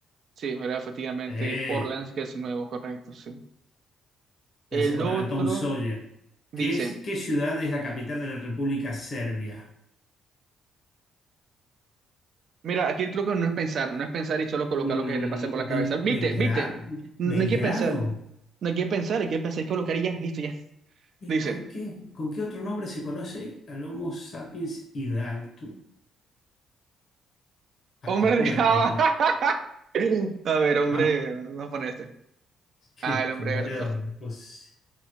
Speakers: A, on the right; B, on the left.
A: Sí, era efectivamente
B: Eh.
A: el Orleans que es nuevo, correcto, sí. El
B: Me hace acordar
A: otro
B: a Tom Sawyer.
A: dice,
B: ¿Qué es, qué ciudad es la capital de la República Serbia?
A: mira, aquí el truco no es pensar, no es pensar y solo colocar
B: Mm,
A: lo que se te pase por la
B: Bel-
A: cabeza. Viste,
B: Belgrado.
A: viste, no
B: ¿Belgrado?
A: hay que pensar, no hay que pensar, hay que pensar y colocar y ya, listo, ya.
B: ¿Y
A: Dice,
B: ¿Por qué? ¿Con qué otro nombre se conoce al Homo sapiens hidalgo? Atapuerca
A: hombre de Java.
B: otra vez.
A: <laughs> A ver, hombre,
B: Vamos,
A: vamos a poner este.
B: <laughs> qué
A: Ah, el hombre
B: mareo
A: Berto.
B: le puse.